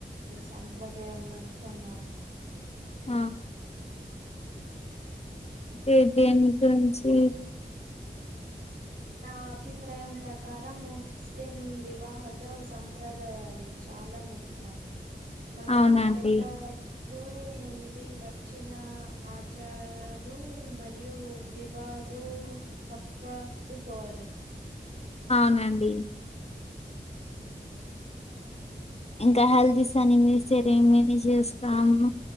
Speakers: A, on the right; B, on the left.
A: సంప్రదాయం చమ
B: ఆ ఏ దేని గురించి
A: నా అభిప్రాయం ప్రకారం ముస్లిం వివాహాల్లో సంప్రదాయాలు. చాలా ముఖ్యం. మన
B: అవునండి
A: పెద్ద.. లు నుండి వచ్చిన ఆచారాలు మరియు, వివాళు పప్పడుకోవాలి.
B: అవునండి. ఇంకా హల్దీస్ అని మీస్తరేమని చేస్తాము.